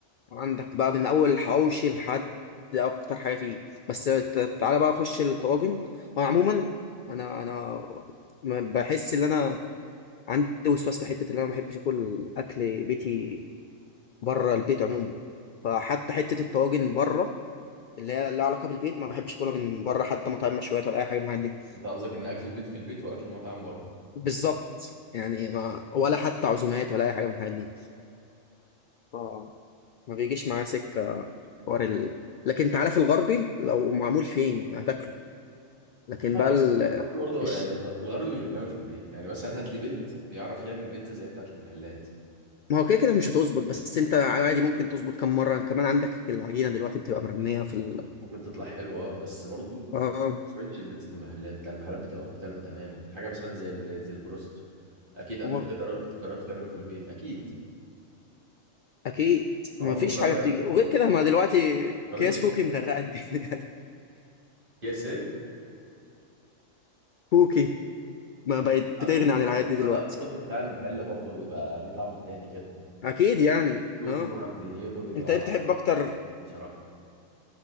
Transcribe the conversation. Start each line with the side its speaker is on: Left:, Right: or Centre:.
Left: عندك بقى من اول الحواوشي لحد اكتر حاجه فيه بس ت- تعالى بقى اخش الطواجن هو عموما انا انا ما بحس ان انا عندي وسواس في حته اللي انا ما بحبش اكل اكل بيتي بره البيت عموما فحتى حته الطواجن بره اللي هي لها علاقه بالبيت ما بحبش اكلها من بره حتى مطاعم مشويات ولا اي حاجه من الحاجات دي
Right: انت قصدك ان اكل البيت في البيت واكل المطاعم بره
Left: بالظبط يعني ما ولا حتى عزومات ولا اي حاجه من الحاجات دي ف- ما بيجيش معايا سكه حوار ال... لكن انت عارف الغربي لو معمول فين هتاكله لكن
Right: لا
Left: بقى
Right: بس
Left: ال...
Right: الغربي برضه
Left: الش-
Right: يعني الغربي مش بيتعمل في البيت يعني مثلا هات لي بيت بيعرف يعمل بيتزا زي بتاعة المحلات
Left: ما هو كده كده مش هتظبط بس انت عادي ممكن تظبط كم مره كمان عندك العجينه دلوقتي بتبقى مرميه في ال...
Right: ممكن تطلع حلوة اه، بس برضه
Left: اه
Right: مش بيتزا المحلات بتاع المحلات بتبقى مختلفة تماما حاجة مثلا زي ال- زي البروست اكيد قبل
Left: هو
Right: كده جربت جربت تعمله في البيت اكيد
Left: اكيد ما
Right: عمره
Left: فيش
Right: طلع
Left: حاجه
Right: زي
Left: بتيجي وغير كده ما دلوقتي
Right: ما تقارنش
Left: كياس كوكي مغرقه الدنيا
Right: كيس ايه
Left: <laughs> كوكي ما بقت
Right: اكون
Left: بتغني عن العادات دي دلوقتي
Right: لا برضه بتاع المحل برضه بيبقى ليه طعم تاني كده
Left: اكيد يعني
Right: كيوتو
Left: اه
Right: بقى <laughs> بدنيته بيبقى
Left: انت ايه بتحب اكتر
Right: حلو بصراحة